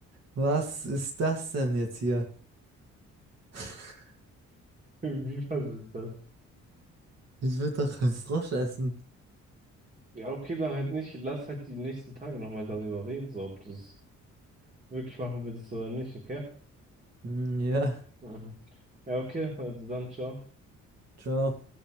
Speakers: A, on the right (about 60°); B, on the right (about 25°).
A: Was ist das denn jetzt hier? <laughs>
B: <laughs> Wie was ist das?
A: Ich würde doch einen Frosch essen.
B: Ja, okay, dann halt nicht. Lass halt die nächsten Tage nochmal darüber reden, so ob du es wirklich machen willst oder nicht, okay?
A: Hm, Ja,
B: Mhm. Ja, okay, also dann, ciao.
A: ciao.